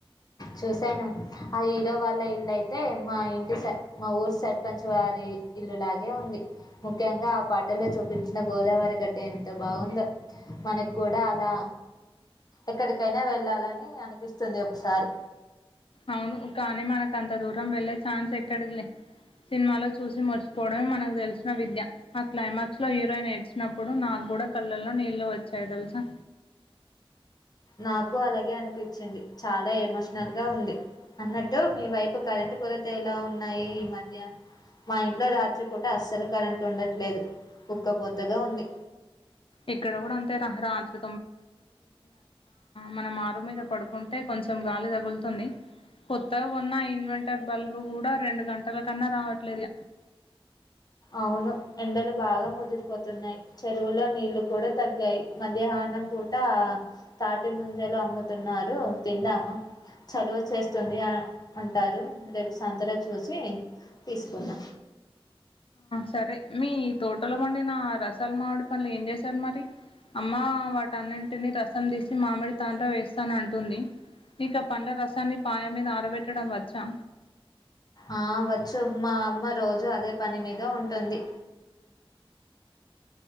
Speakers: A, on the left; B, on the left.
A: చూశాను ఆ హీరో వాళ్ళ ఇల్లు అయితే మా ఇంటి స మా ఊరు సార్ పంచవారి ఇల్లులాగే ఉంది ముఖ్యంగా ఆ పాటలో చూపించిన గోదావరి గట్టె ఎంత బాగుందో మనకి కూడా అలా ఎక్కడికైనా వెళ్ళాలని అనిపిస్తుంది ఒకసారి
B: అవును కానీ మనకు అంత దూరం వెళ్ళే ఛాన్స్ ఎక్కడి లే సినిమాలో చూసి మర్చిపోవడమే మనకు తెలిసిన విద్య ఆ క్లైమాక్స్ లో హీరోయిన్ ఏడ్చినప్పుడు నాకు కూడా కళ్ళల్లో నీళ్లు వచ్చాయి తెలుసా
A: నాకు అలాగే అనిపించింది చాలా ఎమోషనల్ గా ఉంది అన్నట్టు మీ వైపు కరెంటు కొరత ఎలా ఉన్నాయి ఈ మధ్య మా ఇంట్లో రాత్రిపూట అస్సలు కరెంటు ఉండట్లేదు కుక్కపోతగా ఉంది
B: ఇక్కడ కూడా అంతే రా రాత్రి మనం ఆరు మీద పడుకుంటే కొంచెం గాలి తగులుతుంది కొత్తా ఉన్నా ఇన్మం హటర్ బల్బ్ కూడా రెండు గంటల కన్నా రావట్లేదు
A: అవును ఎండలు బాగా ముదిరిపోతున్నాయి చెరువులో నీళ్లు కూడా తగ్గాయి మధ్యాహ్నం పూట తాటి ముంజలు అమ్ముతున్నారు తిందామా చలవు చేస్తుంది అ అంటారు రేపు సంతలో చూసి తీసుకుందాం
B: సరే మీ తోటలో పండిన రసాలు మామిడి పండ్లు ఏం చేశారు మరి అమ్మ వాటన్నింటిని రసం తీసి మామిడి తాండ్ర వేస్తాను అంటుంది మీకు ఆ పండ్ల రసాన్ని పాయ మీద ఆరబెట్టడం వచ్చా
A: ఆ వచ్చు మా అమ్మ రోజు అదే పని మీద ఉంటుంది